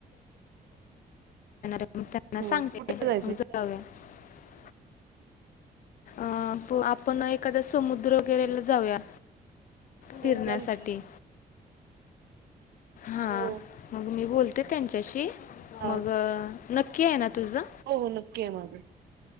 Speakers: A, on the left; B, on the right.
A: <unintelligible> त्यानां
B: हो
A: सांगते
B: कुठे
A: <unintelligible>
B: जायचंय
A: अं आपण एखादा समुद्र वगैरेला जाऊया फिरण्यासाठी
B: हो चालेल की
A: हा
B: हो
A: मग मी बोलते त्यांच्याशी
B: हा
A: मग नक्की आहे ना तुझं
B: हो हो नक्की आहे माझं